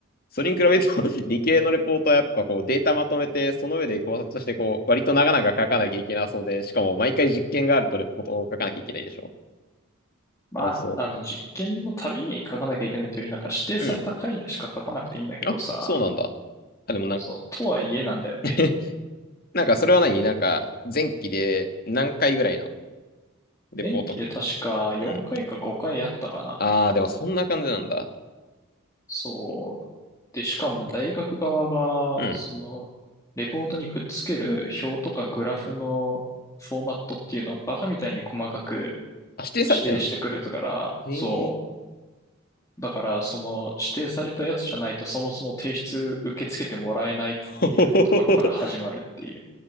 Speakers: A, on the left; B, on the left.
A: それに比べると <laughs> 理系のレポートはやっぱこうデータまとめて、その上で考察してこう、割と長々書かなきゃいけなそうで、しかも毎回実験があるとレポートを書かなきゃいけないでしょ。
B: まあ、
A: だからそ
B: あの実験のたびに書かなきゃいけないというより、なんか指定された回でしか書かなくていいんだけどさ、
A: う。うん。あ、そうなんだ。あ、でもなんか
B: そう、とはいえなんだよね。
A: <laughs> なんかそれは何なんか前期で何回ぐらいのレポートか。
B: 前期で確か4回か5回やったかな。
A: うん。ああ、でもそんな感じなんだ。
B: そう。で、しかも大学側が、
A: うん。
B: その、レポートにくっつける表とかグラフのフォーマットっていうのをバカみたいに細かく
A: あ、指定されてんの
B: 指定してくるから、
A: へえ。
B: そう。だから、その指定されたやつじゃないとそもそも提出受け付けてもらえないっていうところから始まるっていう。
A: <laughs> ほほほほほ